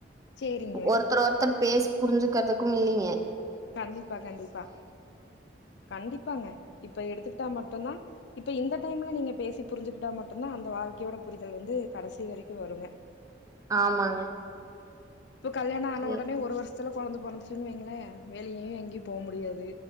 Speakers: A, on the left (about 65°); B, on the right (about 20°).
A: சேரிங்க
B: ஒருத்தர் ஒருத்தர் பேசி புரிஞ்சுக்கிறதுக்கும் இ ங்க
A: கண்டிப்பா கண்டிப்பா கண்டிப்பாங்க இப்ப எடுத்துக்கிட்டா மட்டுந்தா இப்ப இந்த டைம்ல நீங்க பேசி புரிஞ்சுகிட்டா மட்டுந்தா அந்த வாழ்க்கையோட புரிதல் வந்து கடைசி வரைக்கு வருங்க
B: ஆமாங்க
A: இப்ப கல்யாண ஆன
B: சரி
A: உடனே ஒரு வருஷ் த்தில கொழந்த பொறந்துச்சுன் வெய்ங்ளே வெளியயு எங்கியு போவ் முடியாது